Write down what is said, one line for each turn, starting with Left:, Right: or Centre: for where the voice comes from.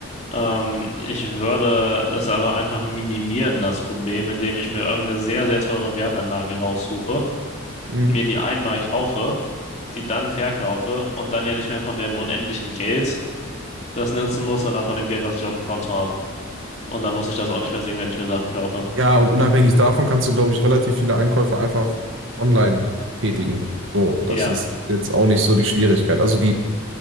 Left: ähm, ich würde es aber einfach minimieren, das Problem, indem ich mir irgendeine sehr, sehr teure Wertanlage raussuche,
Right: Mhm.
Left: mir die einmal kaufe, die dann verkaufe und dann ja nicht mehr von dem unendlichen Geld das nutzen muss, sondern von dem Geld, was ich auf dem Konto habe. Und dann muss ich das auch nicht mehr sehen, wenn ich mir Sachen kaufe.
Right: Ja, und unabhängig davon kannst du, glaube ich, relativ viele Einkäufe einfach online tätigen. So, das
Left: Ja,
Right: ist jetzt auch nicht so die Schwierigkeit. Also die